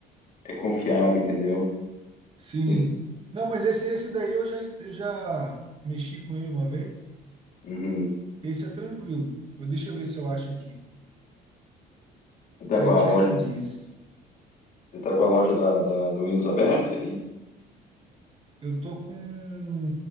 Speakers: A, on the left; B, on the right.
A: é confiável, entendeu?
B: Sim.
A: Isso-
B: Não, mas esse, esse daí eu já, eu já mexi com ele uma vez.
A: Uhum.
B: Esse é tranquilo. Eu, deixa eu ver se eu acho aqui.
A: Você tá
B: Hijack
A: com a loja,
B: diz,
A: você tá com a loja da, da- do Windows aberta e
B: Eu tô com